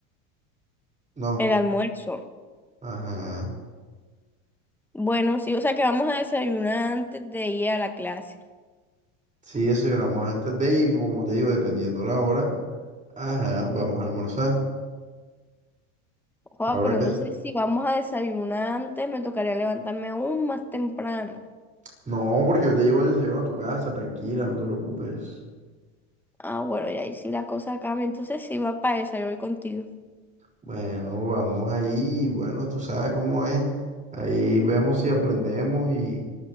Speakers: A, on the right (about 20°); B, in the centre.
A: No,
B: El almuerzo.
A: ajá.
B: Bueno, sí, o sea que vamos a desayunar antes de ir a la clase.
A: Sí, desayunamos antes de ir, como te digo, dependiendo la hora, ajá, vamos a almorzar.
B: Wow,
A: Ahora
B: pero
A: que
B: entonces si vamos a desayunar antes, me tocaría levantarme aún más temprano.
A: No, porque yo te llevo el desayuno a tu casa, tranquila, no te preocupes.
B: Ah, bueno, y ahí sí la cosa cambia. Entonces sí va para esa, yo voy contigo.
A: Bueno, vamos ahí, y bueno, tú sabes cómo es. Ahí vemos si aprendemos y,